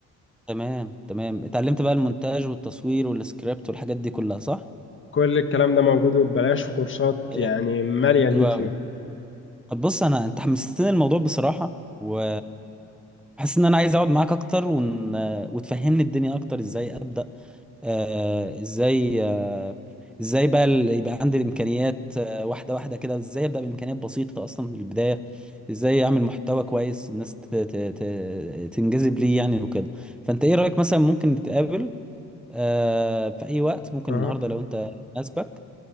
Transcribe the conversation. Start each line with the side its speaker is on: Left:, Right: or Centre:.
Centre: تمام تمام اتعلمت بقى المونتاج والتصوير والسكريبت والحاجات دي كلها صح؟
Left: كل الكلام ده موجود وببلاش وكورسات
Centre: إيه.
Left: يعني مالية اليوتيوب
Centre: حلو أوي طب بص انا انت حمستني الموضوع بصراحه و حاسس ان انا عايز اقعد معاك اكتر ون... وتفهمني الدنيا اكتر ازاي ابدا آه... ازاي آه... ازاي بقى ال- يبقى عندي الامكانيات آه... واحده واحده كده ازاي ابدا بامكانيات بسيطه اصلا من البدايه ازاي اعمل محتوى كويس الناس ت... ت... ت... تنجذب ليه يعني وكده فانت ايه رايك مثلا ممكن نتقابل آه... في اي وقت ممكن
Left: أها
Centre: النهارده لو انت مناسبك